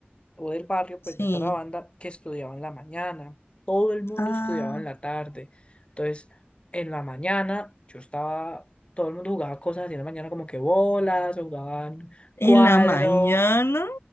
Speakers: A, on the left; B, on the left.
A: o del barrio, pues
B: Sí.
A: de Sarabanda, que estudiaba en la mañana. Todo el mundo
B: Ah.
A: estudiaba en la tarde. Entonces, en la mañana yo estaba, todo el mundo jugaba cosas así en la mañana como que bolas, o jugaban
B: ¿En
A: cuadro,
B: la mañana?